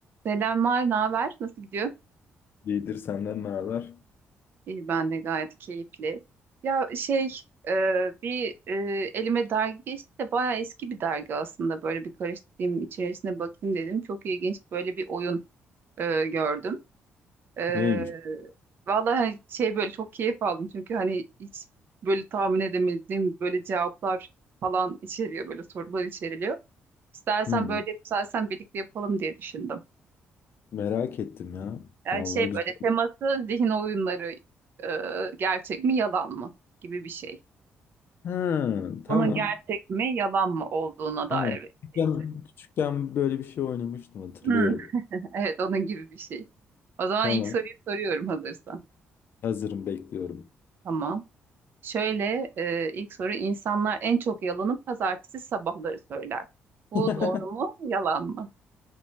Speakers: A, on the right (about 55°); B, on the left (about 55°).
A: Selamlar, ne haber? Nasıl gidiyor?
B: İyidir senden ne haber?
A: İyi, ben de gayet keyifli. Ya şey, e, bir e, elime dergi geçti de bayağı eski bir dergi aslında. Böyle bir karıştırayım, içerisine bakayım dedim. Çok ilginç böyle bir oyun e, gördüm. E,
B: Neymiş?
A: vallahi hani şey böyle çok keyif aldım. Çünkü hani hiç böyle tahmin edemediğim böyle cevaplar falan içeriyor, böyle sorular içeriliyor. İstersen
B: Hmm,
A: böyle, istersen birlikte yapalım diye düşündüm.
B: merak ettim ya.
A: Yani
B: Vallahi
A: şey
B: güzel.
A: böyle teması zihin oyunları e, gerçek mi yalan mı gibi bir şey.
B: Ha, tamam.
A: Bunun gerçek mi yalan mı olduğuna dair
B: Tamam.
A: bir
B: Küçükken,
A: şey.
B: küçükken böyle bir şey oynamıştım hatırlıyorum.
A: Hmm, evet onun gibi bir şey. O zaman
B: Tamam.
A: ilk soruyu soruyorum hazırsan.
B: Hazırım bekliyorum.
A: Tamam. Şöyle e, ilk soru insanlar en çok yalanı pazartesi sabahları söyler. Bu
B: <laughs>
A: doğru mu yalan mı?